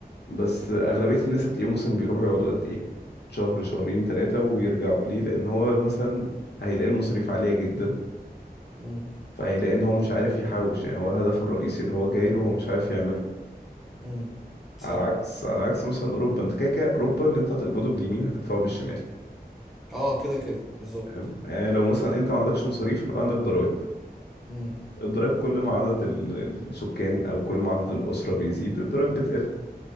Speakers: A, on the left; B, in the centre.
A: بس أغلبية الناس هتلاقيهم مثلا بيروحوا يقعدوا قد ايه شهر شهرين ثلاثة ويرجعوا ليه لأن هو مثلا هيلاقي المصاريف عالية جدا
B: امم
A: فهيلاقي ان هو مش عارف يحوش يعني هو هدفه الرئيسي اللي هو جاي له هو مش عارف يعمله
B: امم
A: على
B: صح
A: عكس على عكس مثلا اوروبا انت كده كده اوروبا اللي انت هتقبضه باليمين هتدفعه بالشمال
B: اه كده كده بالظبط
A: تمام؟ يعني لو مثلا انت ما عندكش مصاريف يبقى عندك ضرائب
B: امم
A: الضرائب كل ما عدد ال- السكان او كل ما عدد الاسره بيزيد الضرائب بتقل